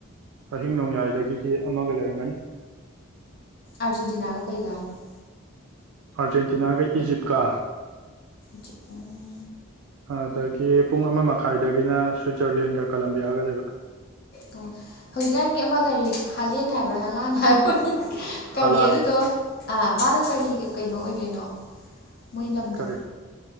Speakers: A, on the right; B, on the left.
A: ꯑꯍꯤꯡ ꯅꯣꯡꯌꯥꯏꯗꯒꯤꯗꯤ ꯑꯃꯒ ꯂꯩꯔꯝꯒꯅꯤ
B: ꯑꯥꯔꯖꯦꯟꯇꯤꯅꯥꯒ ꯀꯩꯒ ꯍꯥꯏꯅꯣ
A: ꯑꯥꯔꯖꯦꯟꯇꯤꯅꯥꯒ ꯏꯖꯤꯞꯀ
B: ꯖꯤꯞ ꯎꯝ
A: ꯑꯗꯒꯤ ꯄꯨꯡ ꯑꯃ ꯃꯈꯥꯏꯗꯒꯤꯅ ꯁ꯭ꯋꯤꯖꯔꯂꯦꯟꯒ ꯀꯂꯝꯕꯤꯌꯥꯒ ꯂꯩꯕ
B: ꯑꯣ ꯍꯧꯖꯤꯛꯀꯥꯟꯒꯤ ꯑꯃ ꯀꯔꯤ ꯍꯥꯂꯦꯟ ꯍꯥꯏꯕ꯭ꯔꯥ ꯍꯥꯂꯥꯟ ꯍꯥꯏꯕ ꯀꯔꯤ
A: ꯍꯂꯥꯟ
B: ꯑꯗꯨꯗꯣ ꯃꯥꯗꯣ ꯀꯔꯤ ꯀꯩꯅꯣ ꯑꯣꯏꯗꯣꯏꯅꯣ ꯃꯣꯏ ꯂꯝꯗꯣ
A: ꯀꯔꯤ